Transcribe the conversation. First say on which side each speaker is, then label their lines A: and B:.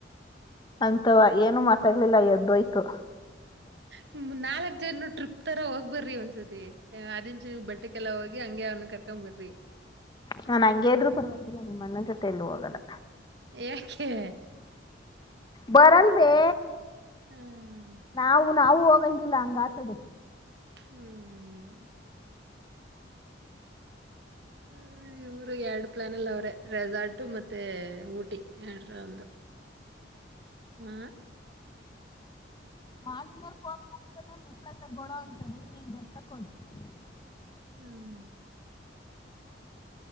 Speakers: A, on the left; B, on the right.
A: ಅಂಥವಾ ಏನು ಮಾತಾಡ್ಲಿಲ್ಲ ಎದ್. ರೈತು.
B: ಹ್ಮ್ ನಾಲ್ಕ್ ಜನ್ರು ಟ್ರಿಪ್ ತ್ತರಾ ಹೋಗ್ ಬರ್ರಿ ಒಂದ್ಸತಿ ಆ್ಯ ಅದಿನ್ಚೆ ನೀವು ಬಟ್ಟೆಕ್ಕೆಲ್ಲಾ ಹೋಗಿ ಹಂಗೆ ಅವ್ನ ಕರ್ಕೊಬ್ ಬರಿ.
A: ನಾ ನಂಗೆ ಇದ್ರು ಪರವಾಗಿಲ್ಲಾ ನಿಮ್ಮ ಅಣ್ಣೊದ ಜೊತೆ. ತ್ತೇಲ್ಲು ಹೊಗಲ್ಲ.
B: ಆ್ಯಹಖೇ.
A: ಬರಲ್‌ಬೇ.
B: ಹ್ಮ್.
A: ನಾವು. ನಾವು ಹೋಗಂಗ ಇಲ್ಲಾ ಹಂಗ ಆತದೆ.
B: ಹ್ಮ್. ಹ ಈ ಊರಿಗ ಎರಡು ಪ್ಲ್ಯಾನಲ್ಲ ಅವ್ರೆ ರೆಝಾರ್ಟು ಮತ್ತೆ ಊಟಿ ಯ್ಯಾಡ್ರ ಒಂದು ಅಆ.
A: ಮಾಡಿಮೇರ್ <unintelligible> <unintelligible>
B: ಹ್ ಹ್ಮ್.